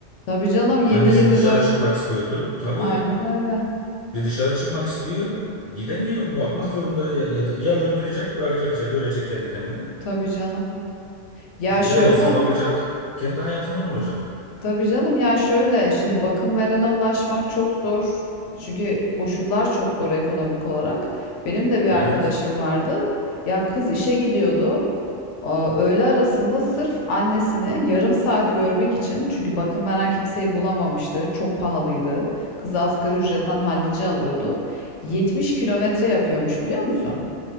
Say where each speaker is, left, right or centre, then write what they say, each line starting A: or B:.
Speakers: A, on the left (about 90°); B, on the left (about 50°).
A: Tabii canım Yedi
B: Annesi
A: yirmi
B: bir dışarı
A: dört.
B: çıkmak istiyordu. Tabii
A: Aynen öyle.
B: Bir dışarı çıkmak istiyor, gidemiyor. Bakmak zorunda ya, ya da ya öldürecek, bırakacak içeride, ölecek kendi kendine.
A: Tabii canım. Ya
B: E, Ya
A: şöyle.
B: yoksa bakacak, kendi hayatından olacak.
A: Tabii canım ya şöyle. Şimdi bakım verene ulaşmak çok zor. Çünkü koşullar çok zor ekonomik olarak. Benim de bir arkadaşım
B: Evet,
A: vardı. Ya kız işe gidiyordu. Aa, Öğle arasında sırf annesini yarım saat görmek için çünkü bakım veren kimseyi bulamamıştı. Çok pahalıydı. Kız asgari ücretten hallice alıyordu. 70 kilometre yapıyormuş biliyor musun?